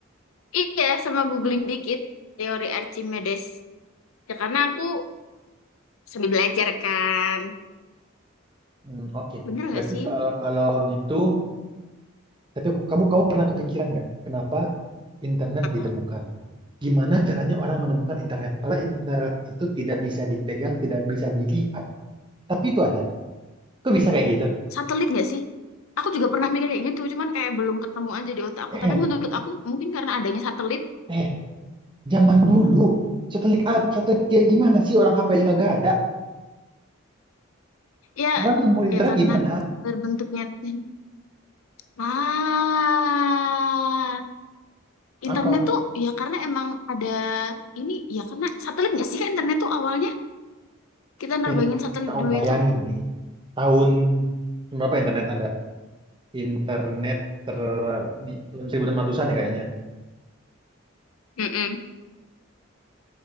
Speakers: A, on the left; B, on the right.
A: Iya sama googling dikit teori Archimedes. Ya karena aku sambil belajar kan,
B: Hmm, Oke,
A: bener nggak
B: Berarti
A: sih?
B: kalau, kalau gitu, tapi aku- kamu kamu pernah kepikiran nggak? Kenapa internet
A: Apa?
B: ditemukan. Gimana caranya orang menemukan internet? Karena internet itu tidak bisa dipegang, tidak bisa dilihat. Tapi itu ada. Kok bisa kayak gitu?
A: Satelit nggak sih? Aku juga pernah mikir kayak gitu, cuman kayak belum ketemu aja di otak aku.
B: Eh,
A: Tapi menurut aku mungkin karena adanya satelit,
B: eh, zaman dulu satelit A, satelit kayak gimana sih orang HP-nya kagak ada?
A: ya
B: Orang menemukan internet
A: ya karena
B: gimana?
A: terbentuknya <laughs> ah
B: Apa?
A: internet tuh ya karena emang ada ini ya karena satelit nggak sih kan internet tuh awalnya kita nerbangin
B: Eh,
A: satelit
B: kau
A: dulu
B: bayangin
A: itu.
B: nih, tahun berapa internet ada? Internet ter di tahun 1600-an ya kayaknya.
A: Mm-mm.